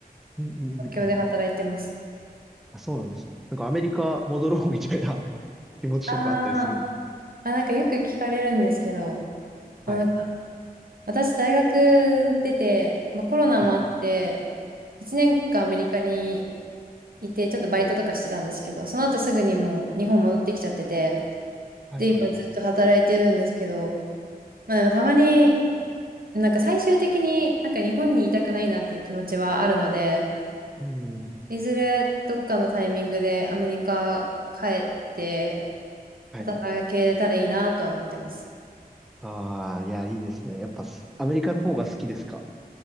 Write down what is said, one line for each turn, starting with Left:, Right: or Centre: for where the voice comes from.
Centre: んうんうんうん。
Right: 東京で働いてます。
Centre: あ、そうなんです。なんかアメリカ戻ろうみたいな <laughs> 気持ちとかあったりするんですか
Right: あーあ、なんかよく聞かれるんですけど、
Centre: はい。
Right: あなんか私大学出て、まあ、コロナもあって、
Centre: はい。
Right: 1年間アメリカにいて、ちょっとバイトとかしてたんですけど、その後すぐにもう日本戻ってきちゃってて、
Centre: はいはいはい。
Right: で、今ずっと働いてるんですけど、まあでもたまに、なんか最終的になんか日本にいたくないなっていう気持ちはあるので、
Centre: うん。
Right: いずれどっかのタイミングでアメリカ帰って
Centre: はい。
Right: 働けたらいいなとは思ってます。
Centre: ああ、いや、いいですね。やっぱす、アメリカの方が好きですか